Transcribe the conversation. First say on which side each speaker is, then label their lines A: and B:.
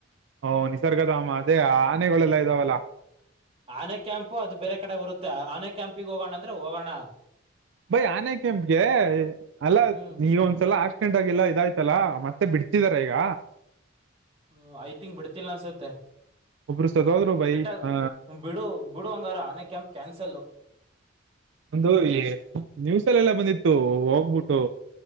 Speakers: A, on the right (about 70°); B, on the right (about 30°).
A: ಓ ನಿಸರ್ಗದ ಅದೇ ಆನೆಗಳೆಲ್ಲ ಇದಾವಲ್ಲಾ
B: ಆನೆ ಕ್ಯಾಂಪು ಅದು ಬೇರೆ ಕಡೆ ಬರುತ್ತೆ ಆನೆ ಕ್ಯಾಂಪಿಗೆ ಹೋಗಣ ಅಂದ್ರೆ ಹೋಗೋಣ
A: ಬೈ ಆನೆ ಕ್ಯಾಂಪ್ ಗೇ ಅಲ್ಲ
B: ಹ್ಮ್
A: ನೀಗ ಒಂದ್ಸಲ ಅಷ್ಟ ಆಕ್ಸಿಡೆಂಟ್ ಆಗಿ ಇದಾಯ್ತಲ್ಲಾ ಮತ್ತೆ ಬಿಡ್ತಿದಿದ್ದಾರೆ ಈಗ
B: ಹ ಐತಿ ತಿಂಕ್ ಬಿಡ್ತಿಲ್ಲ ಅನ್ಸುತ್ತೆ
A: ಒಬ್ರು ಸದೋದ್ರು ಬೈ
B: ಬಿಟ
A: ಆ
B: ಹ ಬಿಡು ಬಿಡು ಹಂಗಾರ ಆನೆ ಕ್ಯಾಂಪ್ ಕ್ಯಾನ್ಸಲ್
A: ಒಂದು ಈ ನ್ಯೂಸಲ್ಲ ಎಲ್ಲ ಬಂದಿತ್ತು ಹೋಗ್ಬಿಟ್ಟು